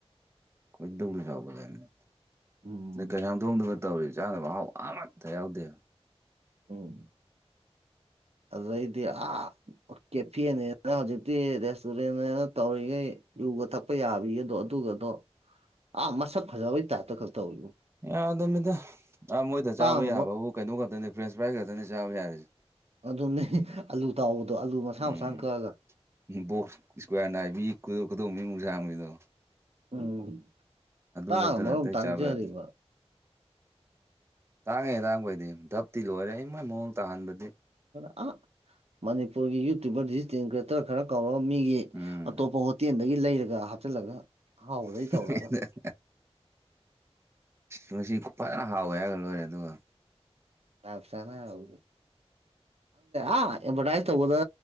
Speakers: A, on the right; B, on the right.
A: ꯈꯣꯏꯗꯧꯗꯨꯝ ꯁꯥꯎꯒꯂꯦꯝꯅꯤ
B: ꯎꯝ
A: ꯗꯩ ꯀꯩꯁꯥꯝ ꯊꯣꯡꯗꯒ ꯇꯧꯔꯤꯁ ꯆꯥꯅꯕ ꯑꯍꯥꯎ ꯑꯃꯠꯇ ꯌꯥꯎꯗꯦ
B: ꯎꯝ ꯑꯗꯨꯗꯩꯗꯤ ꯑꯥ ꯀꯦꯐꯦꯅꯦꯅ ꯍꯧꯖꯤꯛꯇꯤ ꯔꯦꯁꯇꯨꯔꯦꯟꯅꯦꯅ ꯇꯧꯔꯤꯒꯩ ꯌꯨꯒ ꯊꯛ ꯄ ꯌꯥꯕꯤꯒꯗꯣ ꯑꯗꯨꯒꯗꯣ ꯑꯥ ꯃꯁꯛ ꯐꯖꯕꯩ ꯇꯥꯏꯞꯇ ꯈꯛ ꯇꯧꯋꯤ
A: ꯌꯥꯗꯃꯤꯗ ꯑ ꯃꯣꯏꯗ
B: ꯇꯥꯡꯅꯕ
A: ꯆꯥꯕ ꯌꯥꯕꯕꯨ ꯀꯩꯅꯣ ꯈꯛꯇꯅꯤ ꯐ꯭ꯔꯦꯟꯁ ꯄ꯭ꯔꯥꯏꯖ ꯈꯛꯇꯅꯤ ꯆꯥꯕ ꯌꯥꯔꯤꯖꯦ
B: ꯑꯗꯨꯅꯦ ꯑꯂꯨ ꯇꯥꯎꯕꯗꯣ ꯑꯥꯂꯨ ꯃꯁꯥꯡ
A: ꯎꯝ
B: ꯃꯁꯥꯡ ꯀꯛꯑꯒ
A: ꯕꯣꯛꯁ ꯏꯁꯀ꯭ꯋꯥꯔ ꯅꯥꯏꯕꯤ ꯈꯨꯗꯣ ꯈꯨꯗꯣꯟꯕꯤꯃꯨꯛ ꯁꯥꯡꯕꯒꯤꯗꯣ
B: ꯎꯝ ꯇꯥꯡꯅ
A: ꯅꯠꯇꯅ
B: ꯃꯔꯣꯝ
A: ꯑꯇꯩ
B: ꯇꯥꯡꯖꯔꯤꯕ
A: ꯆꯥꯕ ꯌꯥꯗꯦ ꯇꯥꯡꯉꯦ ꯇꯥꯡꯕꯩꯗꯤ ꯙꯞꯇꯤ ꯂꯣꯏꯔꯦ ꯏꯃꯥꯏ ꯃꯑꯣꯡ ꯇꯥꯍꯟꯕꯗꯤ
B: ꯑ ꯃꯅꯤꯄꯨꯔꯒꯤ ꯌꯨꯇꯨꯕꯔ ꯗꯤꯖꯤꯇꯦꯜ ꯀ꯭ꯔꯤꯌꯦꯇꯔ ꯈꯔ ꯀꯧꯔꯒ ꯃꯤꯒꯤ
A: ꯎꯝ
B: ꯑꯇꯣꯞꯄ ꯍꯣꯇꯦꯜꯗꯒꯤ ꯂꯩꯔꯒ ꯍꯥꯞꯆꯤꯜꯂꯒ ꯑꯍꯥꯎꯕꯗꯩ
A: <unintelligible>
B: ꯇꯧꯔꯒ
A: ꯉ ꯐꯖꯅ ꯍꯥꯎꯋꯦ ꯍꯥꯏꯔꯒ ꯂꯣꯏꯔꯦ ꯑꯗꯨꯒ
B: ꯞꯁꯥꯅꯪꯗꯦ ꯑ ꯑꯦꯗꯚꯔꯇꯥꯏꯁ ꯇꯧꯕꯗ